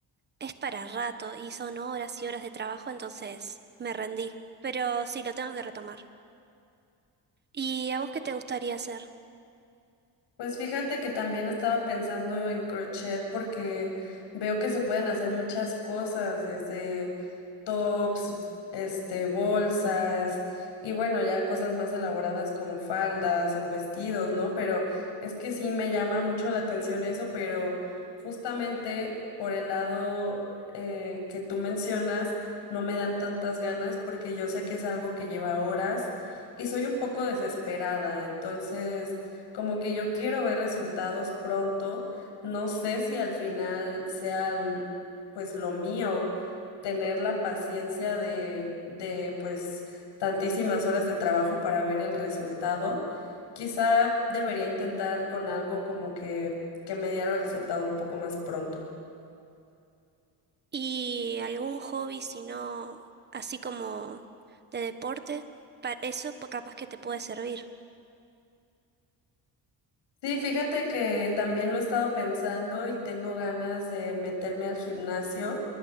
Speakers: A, on the right; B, on the left.
A: Es para rato y son horas y horas de trabajo, entonces me rendí. Pero sí, lo tengo que retomar. ¿Y a vos qué te gustaría hacer?
B: Pues fíjate que también estaba pensando en crochet porque veo que se pueden hacer muchas cosas, desde tops, este, bolsas y bueno, ya cosas más elaboradas como faldas o vestidos, ¿no? Pero es que sí me llama mucho la atención eso, pero justamente por el lado eh, que tú mencionas, no me dan tantas ganas porque yo sé que es algo que lleva horas y soy un poco desesperada, entonces... Como que yo quiero ver resultados pronto. No sé si al final sea l- pues lo mío tener la paciencia de de pues tantísimas horas de trabajo para ver el resultado. Quizá debería intentar con algo como que que me diera resultado un poco más pronto.
A: ¿Y algún hobby, si no, así como de deporte? Para eso pues, capaz que te puede servir.
B: Sí, fíjate que también lo he estado pensando y tengo ganas de meterme al gimnasio